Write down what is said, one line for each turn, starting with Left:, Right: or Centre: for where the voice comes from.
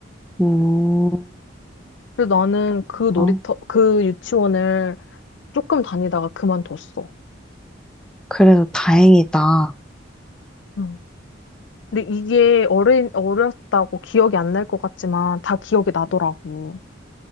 Centre: 음,
Left: 그래서 나는
Centre: 그랬구나.
Left: 그 놀이터, 그 유치원을 조금 다니다가 그만뒀어.
Centre: 그래도 다행이다.
Left: 응. 근데 이게 어린, 어렸다고 기억이 안 날 것 같지만, 다 기억이 나더라고.